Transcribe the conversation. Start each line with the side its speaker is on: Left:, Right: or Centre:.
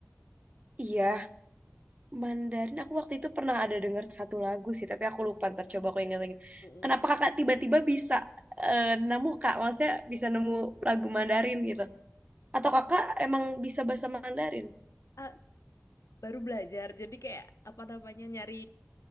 Right: Iya, Mandarin aku waktu itu pernah ada dengar satu lagu sih, tapi aku lupa. Ntar coba aku ingat lagi.
Left: Mm-mm.
Right: Kenapa kakak tiba-tiba bisa eh, nemu kak? Maksudnya bisa nemu lagu Mandarin gitu? Atau kakak emang bisa bahasa Mandarin?
Left: <laughs> Ah, baru belajar jadi kayak apa namanya nyari